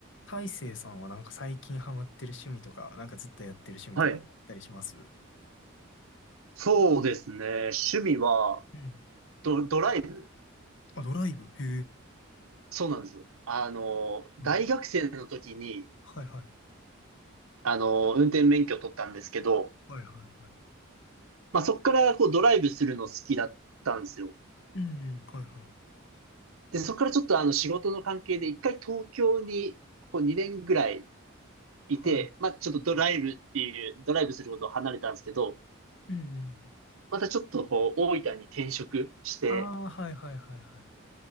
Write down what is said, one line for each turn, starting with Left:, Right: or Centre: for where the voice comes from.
Left: 大成さんはなんか最近ハマってる趣味とか、なんかずっとやってる趣味とかあったりします
Right: はい。そうですね。趣味は、
Left: うん。
Right: ド、ドライブ。
Left: あ、ドライブへえ。
Right: そうなんですよ。あの、
Left: うん。
Right: 大学生の時に、
Left: はいはい。
Right: あの、運転免許を取ったんですけど、
Left: はいはいはい。
Right: まあ、そこからこうドライブするの好きだったんですよ。
Left: うんうん。はいはい。
Right: で、そこからちょっとあの仕事の関係で一回東京にこう2年ぐらいいて、
Left: はい。はいはい
Right: まあ、ちょっとドライブっていう、ドライブすることを離れたんですけど、
Left: うんうん。
Right: またちょっとこう大分に転職して、
Left: ああ、はいはいはいはい。